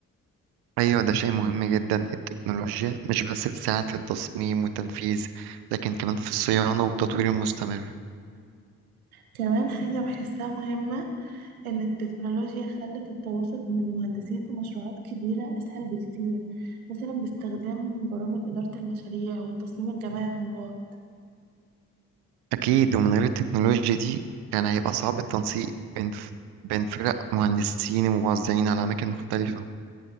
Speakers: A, on the right (about 65°); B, on the right (about 85°).
A: أيوة ده شيء مهم جدا التكنولوجيا مش بس بتساعد في التصميم والتنفيذ لكن كمان في الصيانة والتطوير المستمر
B: كمان حاجة بحسها مهمة إن التكنولوجيا خلت التواصل بين المهندسين في مشروعات كبيرة أسهل بكتير مثلا باستخدام برامج إدارة المشاريع والتصميم الجماعي عن بعد
A: أكيد ومن غير التكنولوجيا دي كان هيبقى صعب التنسيق بين ف- بين فرق مهندسين وموزعين على أماكن مختلفة